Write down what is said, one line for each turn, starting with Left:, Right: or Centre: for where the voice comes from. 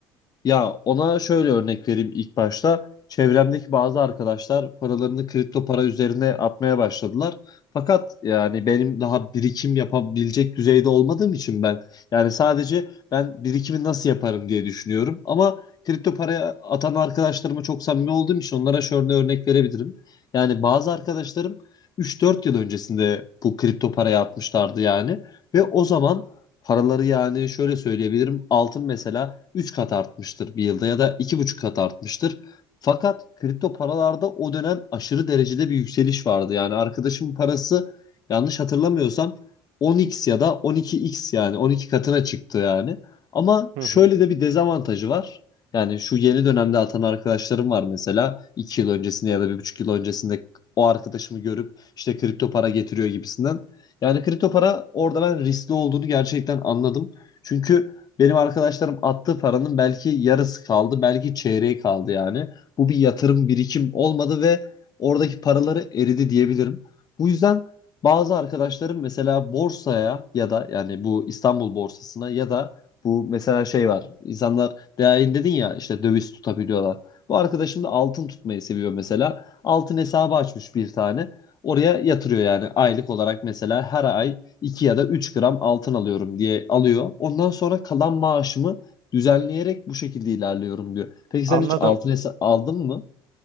Left: Ya ona şöyle örnek vereyim ilk başta. Çevremdeki bazı arkadaşlar paralarını kripto para üzerine atmaya başladılar. Fakat yani benim daha birikim yapabilecek düzeyde olmadığım için ben yani sadece ben birikimi nasıl yaparım diye düşünüyorum. Ama kripto paraya atan arkadaşlarıma çok samimi olduğum için onlara şöyle örnek verebilirim. Yani bazı arkadaşlarım üç dört yıl öncesinde bu kripto paraya atmışlardı yani ve o zaman paraları yani şöyle söyleyebilirim altın mesela 3 kat artmıştır bir yılda ya da iki buçuk kat artmıştır. Fakat kripto paralarda o dönem aşırı derecede bir yükseliş vardı. Yani arkadaşımın parası yanlış hatırlamıyorsam 10x ya da 12x yani 12 katına çıktı yani. Ama
Right: Hı
Left: şöyle
Right: hı.
Left: de bir dezavantajı var. Yani şu yeni dönemde atan arkadaşlarım var mesela 2 yıl öncesinde ya da bir buçuk yıl öncesinde o arkadaşımı görüp işte kripto para getiriyor gibisinden. Yani kripto para orada ben riskli olduğunu gerçekten anladım. Çünkü benim arkadaşlarım attığı paranın belki yarısı kaldı, belki çeyreği kaldı yani. Bu bir yatırım birikim olmadı ve oradaki paraları eridi diyebilirim. Bu yüzden bazı arkadaşlarım mesela borsaya ya da yani bu İstanbul borsasına ya da bu mesela şey var. İnsanlar değerini dedin ya işte döviz tutabiliyorlar. Bu arkadaşım da altın tutmayı seviyor mesela. Altın hesabı açmış bir tane. Oraya yatırıyor yani aylık olarak mesela her ay 2 ya da 3 gram altın alıyorum diye alıyor. Ondan sonra kalan maaşımı düzenleyerek bu şekilde ilerliyorum diyor. Peki sen
Right: Anladım.
Left: hiç altın hesa- aldın mı?